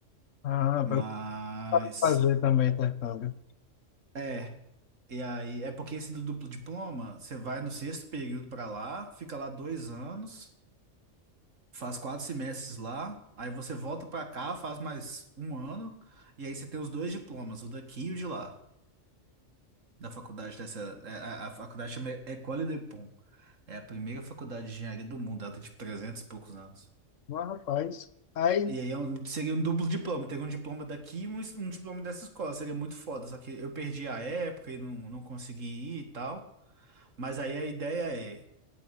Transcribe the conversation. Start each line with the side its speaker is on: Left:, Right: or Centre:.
Left: Ah,
Right: Mas,
Left: para fazer também intercâmbio.
Right: é, e aí, é porque esse do duplo diploma, você vai no sexto período pra lá, fica lá dois anos, faz quatro semestres lá, aí você volta pra cá, faz mais um ano, e aí você tem os dois diplomas, o daqui e o de lá, da faculdade dessa, é, a, a faculdade chama École de É a primeira faculdade de engenharia do mundo, ela tem tipo 300 e poucos anos.
Left: Mas, rapaz, aí,
Right: E aí é um- seria um duplo diploma, teria um diploma daqui e um, es- um diploma dessa escola, seria muito foda, só que eu perdi a época e não, não consegui ir e tal. Mas aí a ideia é